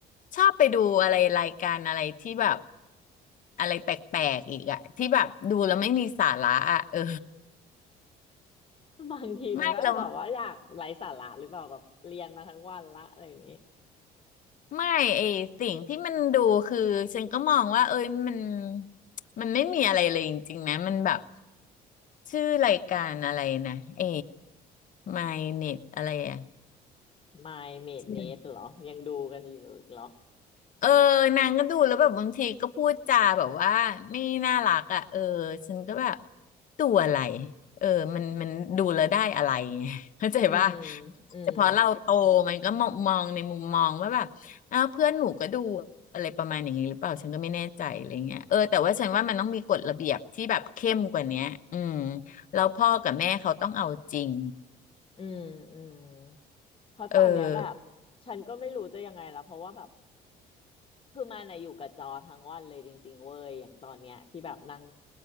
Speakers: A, on the left (about 50°); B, on the left (about 35°).
A: ชอบไปดูอะไรรายการอะไรที่แบบอะไรแปลกๆอีกอะที่แบบดูแล้วไม่มีสาระอะเออ
B: บางทีมันก็บอกว่าอยากไร้สาระหรือเปล่าแบบเรียนมาทั้งวันละอะไรอย่างงี้
A: ไม่เรา ไม่ไอสิ่งที่มันดูคือฉันก็มองว่าเอ้ยมันมันไม่มีอะไรเลยจริงๆนะ มันแบบชื่อรายการอะไรนะ เอ My Net อะไรอะ
B: My Maid
A: ใช่
B: Nate เหรอยังดูกันอยู่อีกเหรอ
A: เออนางก็ดูแล้วแบบบางทีก็พูดจาแบบว่าไม่น่ารักอ่ะเออฉันก็แบบตัวอะไรเออมันมันดูแล้วได้อะไรไง <laughs> เข้าใจป่ะ
B: อืมอืม
A: แต่พอเราโตมันก็มองมองในมุมมองว่าแบบอ้าวเพื่อนหนูก็ดูอะไรประมาณอย่างนี้หรือเปล่าฉันก็ไม่แน่ใจอะไรเงี้ยเออแต่ว่าฉันว่ามันต้องมีกฎระเบียบที่แบบเข้มกว่าเนี้ยอืมแล้วพ่อกับแม่เขาต้องเอาจริง
B: อืมอืมเพราะตอนเนี้ยแบบ
A: เออ
B: ฉันก็ไม่รู้จะยังไงละเพราะว่าแบบคือมาในะอยู่กับจอทั้งวันเลยจริงๆเว้ยอย่างตอนเนี้ยที่แบบนั่ง